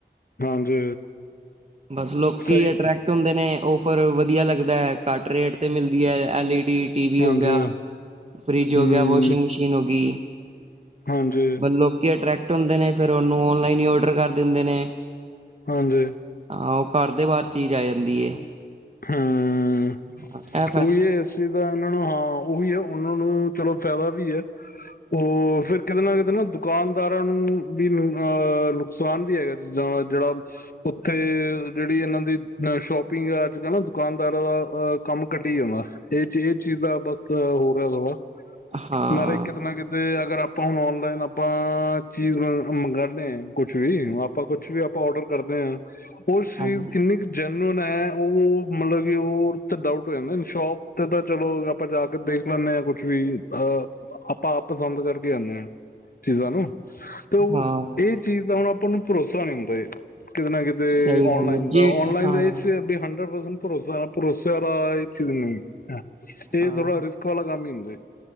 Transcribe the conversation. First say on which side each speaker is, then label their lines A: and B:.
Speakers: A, on the left; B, on the right.
A: ਹਾਂਜੀ
B: ਬਸ ਲੋਕੀ
A: ਸਹੀ
B: ਅਟਰ੍ਰੈਕਟ ਹੁੰਦੇ ਨੇ। ਉਹ ਪਰ ਵਧੀਆ ਲੱਗਦਾ ਹੈ। ਘੱਟ ਰੇਟ ਤੇ ਮਿਲਦੀ ਹੈ L E D T V
A: ਹਾਂਜੀ
B: ਹੋ ਗਿਆ, ਫਰਿਜ
A: ਹੂੰ
B: ਹੋ ਗਿਆ, ਵਾਸ਼ਿੰਗ ਮਸ਼ੀਨ ਹੋ ਗਈ।
A: ਹਾਂਜੀ
B: ਲੋਕੀ ਅਟਰ੍ਰੈਕਟ ਹੁੰਦੇ ਨੇ ਫਿਰ ਉਹਨੂੰ ਓਨਲਾਈਨ ਹੀ ਓਡਰ ਕਰ ਦਿੰਦੇ ਨੇ
A: ਹਾਂਜੀ
B: ਹਾਂ ਉਹ ਘਰ ਦੇ ਬਾਹਰ ਚੀਜ਼ ਆ ਜਾਂਦੀ ਹੈ।
A: ਹਾਂ
B: । <inaudible>
A: ਉਹੀ ਹੈ ਇਸ ਚੀਜ਼ ਦਾ ਇਹਨਾਂ ਨੂੰ ਹਾਂ ਉਹੀ ਹੈ ਉਹਨਾਂ ਨੂੰ ਚਲੋ ਫਾਇਦਾ ਵੀ ਹੈ। ਉਹ ਫਿਰ ਕਿਤੇ ਨਾ ਕਿਤੇ ਨਾ ਦੁਕਾਨਦਾਰਾਂ ਨੂੰ ਵੀ ਅਹ ਨੁਕਸਾਨ ਵੀ ਹੈਗਾ ਚੀਜ਼ਾਂ ਦਾ ਜਿਹੜਾ ਉੱਥੇ ਜਿਹੜੀ ਇਹਨਾਂ ਦੀ ਅ ਸ਼ੋਪਿੰਗ ਐੱਪ ਕਹਿਣਾ ਦੁਕਾਨਦਾਰਾਂ ਦਾ ਅਹ ਕੰਮ ਘੱਟੀ ਜਾਂਦਾ। ਇਹ ਚੀਜ਼ ਦਾ ਬਸ ਹੋ ਰਿਹਾ ਥੋੜਾ
B: ਹਾਂ
A: ਨਾਲ ਕਿਤੇ ਨਾ ਕਿਤੇ ਅਗਰ ਆਪਾਂ ਹੁਣ ਔਨਲਾਈਨ ਆਪਾਂ ਚੀਜ਼ ਮੰਗਉਂਦੇ ਹਾਂ ਕੁਛ ਵੀ ਆਪਾਂ ਕੁਛ ਵੀ ਆਪਾਂ ਔਡਰ ਕਰਦੇ ਹਾਂ ਉਹ ਸਰੀਰ
B: ਹਾਂਜੀ।
A: ਕਿੰਨੀ ਕੁ ਜੈਨਅਨ ਹੈ ਉਹ ਮਤਲਬ ਕਿ ਉਹ ਤੇ ਡਾਊਟ ਹੋ ਜਾਂਦਾ ਸ਼ੋਪ ਤੇ ਤਾਂ ਚਲੋ ਆਪਾਂ ਜਾ ਕੇ ਦੇਖ ਲੈਂਦੇ ਹਾਂ ਕੁੱਛ ਵੀ ਅਹ ਆਪਾਂ ਆਪ ਪਸੰਦ ਕਰਕੇ ਆਉਦੇ ਹਾਂ। ਚੀਜ਼ਾਂ ਨੂੰ ਤੇ ਉਹ
B: ਹਾਂ,
A: ਇਹ ਚੀਜ਼ ਦਾ ਹੁਣ ਆਪਾਂ ਨੂੰ ਭਰੋਸਾ ਨਹੀਂ ਹੁੰਦਾ ਕਿਤੇ ਨਾ ਕਿਤੇ
B: ਸਹੀ ਗੱਲ
A: ਆਨਲਾਈਨ
B: ਹੈ
A: ਦਾ
B: ਜੇ
A: ਆਨਲਾਈਨ
B: ਹਾਂ,
A: ਦੇ ਵਿੱਚ ਇਹ ਹੰਡਡ ਪਰਸੈਂਟ ਭਰੋਸਾ <unintelligible> ਹ ਇਹ
B: ਹਾਂ
A: ਥੋੜਾ ਰਿਸਕ ਵਾਲਾ ਕੰਮ ਹੀ ਹੁੰਦਾ ਏ।